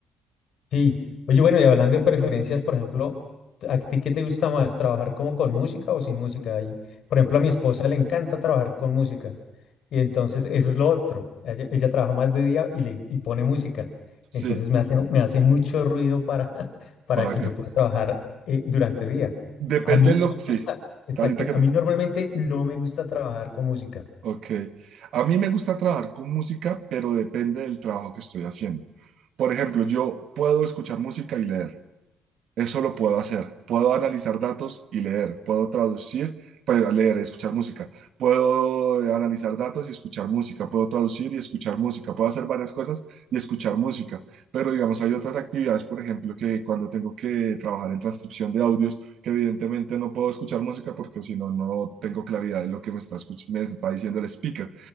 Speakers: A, on the left; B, on the right.
A: Sí. Oye, bueno, y hablando de preferencias, por ejemplo, ¿a ti qué te gusta más, trabajar como con música o sin música? Ahí, por ejemplo, a mi esposa le encanta trabajar con música. Y entonces, eso es lo otro. Ella, ella trabaja más de día y, le, y pone música.
B: Sí,
A: Entonces, me hace, me hace mucho ruido para, <laughs> para
B: para
A: que
B: acá.
A: yo pueda trabajar eh, durante día.
B: Depende
A: A mí
B: de lo
A: no
B: que... Sí,
A: me gusta, exacto,
B: ¿Ahorita qué
A: a
B: te
A: mí
B: gusta?
A: normalmente no me gusta trabajar con música.
B: Ok. A mí me gusta trabajar con música, pero depende del trabajo que estoy haciendo. Por ejemplo, yo puedo escuchar música y leer. Eso lo puedo hacer. Puedo analizar datos y leer. Puedo traducir, pero leer, escuchar música. Puedo analizar datos y escuchar música. Puedo traducir y escuchar música. Puedo hacer varias cosas y escuchar música. Pero digamos, hay otras actividades, por ejemplo, que cuando tengo que trabajar en transcripción de audios, que evidentemente no puedo escuchar música porque si no, no tengo claridad de lo que me está, escuch- me está diciendo el speaker.